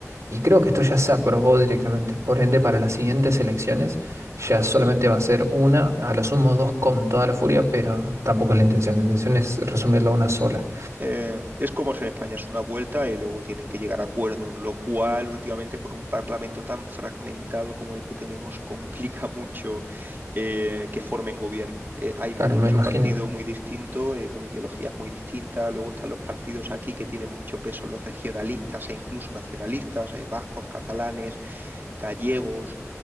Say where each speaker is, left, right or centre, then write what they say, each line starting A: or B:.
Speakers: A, on the right; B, on the right.
A: y creo que esto ya se aprobó directamente. Por ende, para las siguientes elecciones ya solamente va a ser una, a lo sumo dos con toda la furia, pero tampoco es la intención. La intención es resumirla a una sola.
B: Eh, es como si en España es una vuelta y luego tienen que llegar a acuerdos, lo cual últimamente con un parlamento tan fragmentado como el que tenemos <laughs> complica mucho eh, que formen gobierno. Eh, hay mucho
A: Claro, me imagino.
B: partido muy distinto, eh, con ideologías muy distintas, luego están los partidos aquí que tienen mucho peso, los regionalistas e incluso nacionalistas, eh, vascos, catalanes, gallegos.